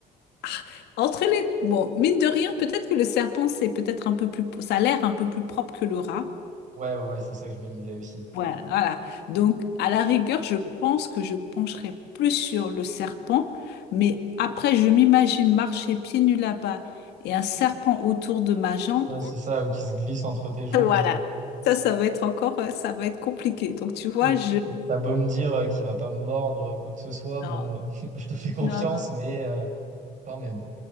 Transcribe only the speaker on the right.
Ouais, ouais, ouais, c'est ça que je me disais aussi.
Ouais, c'est ça euh, qui se glisse entre tes jambes.
euh,
Mais
T'as beau me dire euh, qu'il va pas me mordre, euh, quoi que ce soit,
bon, euh, <laughs> je te fais confiance,
mais euh, quand même.